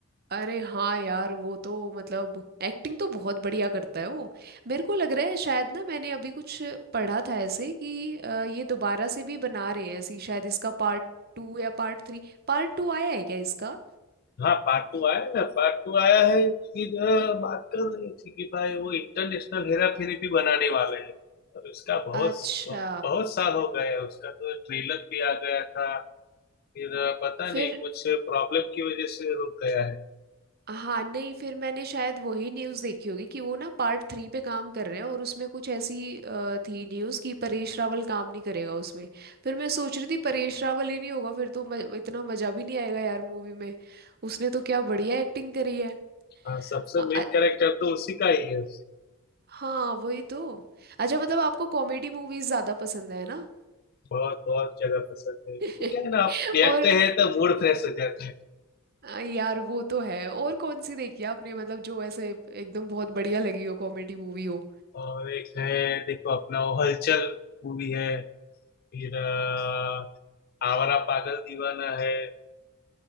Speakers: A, on the right; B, on the left.
A: अरे हाँ यार वो तो मतलब एक्टिंग तो बहुत बढ़िया करता है वो मेरे को लग रहा है शायद ना मैंने अभी कुछ पढ़ा था ऐसे कि अ, ये दोबारा से भी बना रहे हैं ऐसी शायद इसका पार्ट टू या पार्ट थ्री पार्ट टू आया है क्या इसका
B: हाँ पार्ट टू आया है ना पार्ट टू आया है फिर अ, बात कर रही थी कि भाई वो इंटरनेशनल हेरा फेरी भी बनाने वाले हैं और उसका बहुत
A: अच्छा
B: बहुत साल हो गए है उसका तो ट्रेलर भी आ गया था फिर अ, पता
A: फिर
B: नहीं कुछ प्रॉब्लम की वजह से रुक गया है
A: हाँ नहीं फिर मैंने शायद वही न्यूज़ देखी होगी कि वो ना पार्ट थ्री पे काम कर रहे हैं और उसमें कुछ ऐसी अ, थी न्यूज़ कि परेश रावल काम नहीं करेगा उसमें फिर मैं सोच रही थी परेश रावल ही नहीं होगा फिर तो म, इतना मज़ा भी नहीं आएगा यार मूवी में उसने तो क्या बढ़िया एक्टिंग करी है
B: हाँ सबसे
A: अ-
B: मेन
A: अ-
B: कैरेक्टर तो उसी का ही है
A: हाँ वही तो अच्छा मतलब आपको कॉमेडी मूवीज़ ज़्यादा पसंद है ना
B: बहुत बहुत जगह पसंद है वो
A: <laughs>
B: क्या है ना आप देखते
A: और
B: हैं तो मूड फ्रेश हो जाता है
A: अ, यार वो तो है और कौन सी देखी है आपने मतलब जो ऐसे एकदम बहुत बढ़िया लगी हो कॉमेडी मूवी हो
B: और एक है देखो अपना वो हलचल मूवी है फिर अ, आवारा पागल दीवाना है